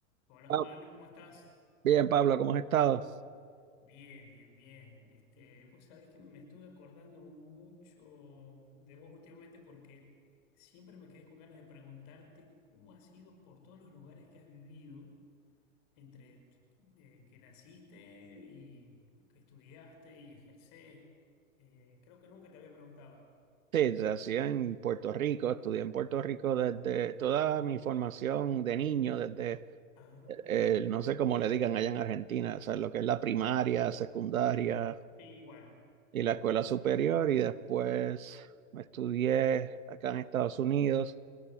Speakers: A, on the left (about 50°); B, on the right (about 75°).
A: Hola
B: Ah,
A: Juan, ¿cómo estás?
B: Bien, Pablo, ¿cómo has estado?
A: Bien, bien, bien. Este, vos sabés que me estuve acordando mucho de vos últimamente porque siempre me quedé con ganas de preguntarte cómo has ido por todos los lugares que has vivido, entre eh, que naciste y que estudiaste y ejercés. Eh, creo que nunca te había preguntado.
B: Sí, nací en Puerto Rico, estudié en Puerto Rico desde toda mi formación de niño, desde,
A: Ajá.
B: eh, no sé cómo le digan allá en Argentina, o sea, lo que es la primaria, secundaria
A: Sí, igual.
B: y la escuela superior, y después estudié acá en Estados Unidos,